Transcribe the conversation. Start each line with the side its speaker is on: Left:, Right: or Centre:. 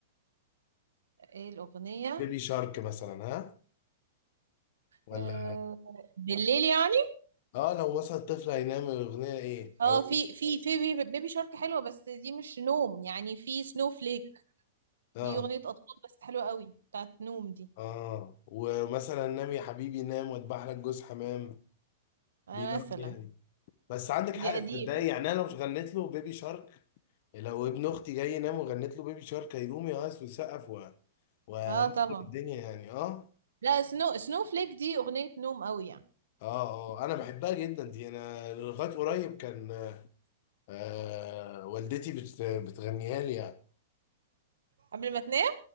Right: ايه الاغنية
Left: بيبي شارك مثلا ها ولا
Right: آه، بالليل يعني
Left: اه لو مثلا الطفل هينام اغنيه ايه
Right: اه
Left: او
Right: في في في بيبي بيبي شارك حلوة بس دي مش نوم يعني في سنو فليك
Left: اه
Right: دي أغنية أطفال بس حلوة قوي بتاعت نوم دي
Left: اه ومثلا نام يا حبيبي نام واتبع لك جوز حمام
Right: آه،
Left: بينام
Right: مثلا
Left: عليها دي بس عندك حق
Right: دي قديمة
Left: تصدقي
Right: دي.
Left: يعني انا لو غنيت له بيبي شارك لو ابن اختي جاي ينام وغنيت له بيبي شارك هيقوم يقص ويسقف و... ونخرب
Right: اه طبعا
Left: الدنيا يعني اه
Right: لا سنو سنو فليك دي أغنية نوم قوي يعني
Left: اه اه انا بحبها جدا دي انا لغايه قريب كان آه والدتي بت... بتغنيها لي يعني
Right: قبل ما تنام